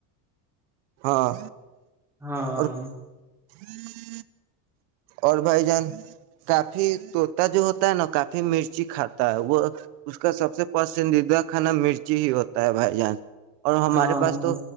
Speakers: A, on the right; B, in the centre.
A: ہاں
B: ہا
A: اور
B: ہا
A: <inaudible> اور بھائی جان کافی تو طوطا جو ہوتا ہے نا کافی مرچی کھاتا ہے وہ اس کا سب سے پسندیدہ خانہ مرچی ہوتا ہے بھائی جان اور ہمارے
B: ہاں
A: پاس تو